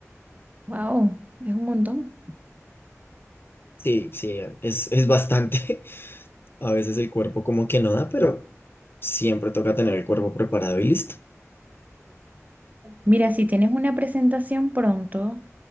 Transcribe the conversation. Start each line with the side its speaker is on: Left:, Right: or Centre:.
Right: Wow, es un montón.
Left: sí, sí, es, es bastante. <laughs> A veces el cuerpo como que no da, pero siempre toca tener el cuerpo preparado y listo.
Right: Mira, si tienes una presentación pronto,